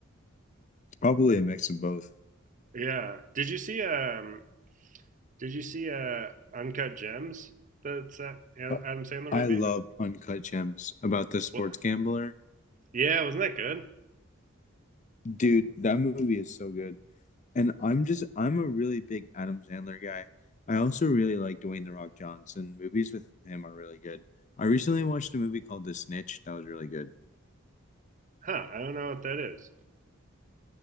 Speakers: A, on the left; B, on the right.
A: Probably a mix of both.
B: <laughs> yeah. Did you see um Did you see uh, Uncut Gems? That's that Adam
A: Uh,
B: Sandler movie.
A: I love Uncut Gems about the sports
B: What?
A: gambler.
B: Yeah, wasn't that good?
A: Dude, that movie is so good. And I'm just I'm a really big Adam Sandler guy. I also really like Dwayne The Rock Johnson. Movies with him are really good. I recently watched a movie called The Snitch. That was really good.
B: Huh? I don't know what that is.